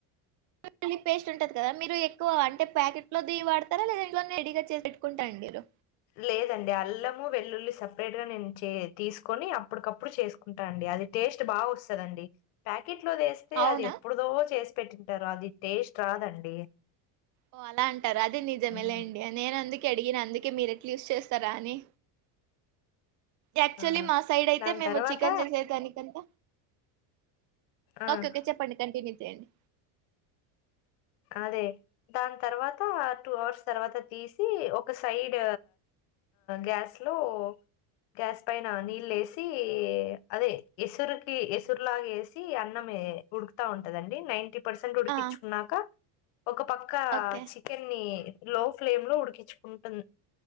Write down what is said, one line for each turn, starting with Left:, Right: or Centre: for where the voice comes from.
Right: వెల్లుల్లి పేస్ట్ ఉంటది కదా మీరు ఎక్కువ అంటే ప్యాకెట్ లోది వాడతారా లేదా ఇంట్లోనే రెడీగా చేసి పెట్టుకుంటారండి మీరు
Left: లేదండి అల్లము వెల్లుల్లి సపెరేట్ గా నేను చే తీసుకొని అప్పటికప్పుడు చేసుకుంటా అండి అది టేస్ట్ బాగా వస్తదండి ప్యాక్ కిట్లోదేస్తే
Right: అవునా
Left: అది ఎప్పుడుదో చేసి పెట్టింటారు అది టేస్ట్ రాదండి
Right: ఓ అలా అంటారా అది నిజమేలేండి
Left: హ్మ్.
Right: నేనందు డిగినా అందుకే మీరెట్లా యూస్ చేస్తే స్తారాని యాక్చువల్లీ
Left: ఆ!
Right: మా సైడ్ అయితే
Left: దాని
Right: మేము
Left: తర్వాత
Right: చికెన్ చేసే దానికంత
Left: ఆ!
Right: ఓకే ఓకే చెప్పండి కంటిన్యూ తె అండి
Left: అదే దాని తర్వాత టూ అవర్స్ తర్వాత తీసి ఒక సైడ్ గ్యాస్ లో గ్యాస్ పైన నీళ్ళేసి అదే ఎసురుకి ఎసురులాగేసి అన్నమే ఉడుకుతా ఉంటదండి నైన్టీ పర్సెంట్ ఉడికించుకున్నాక
Right: ఆ
Left: ఒక పక్క
Right: ఓకే
Left: చికెన్ని లో ఫ్లేమ్ లో ఉడికించుకుంటుంది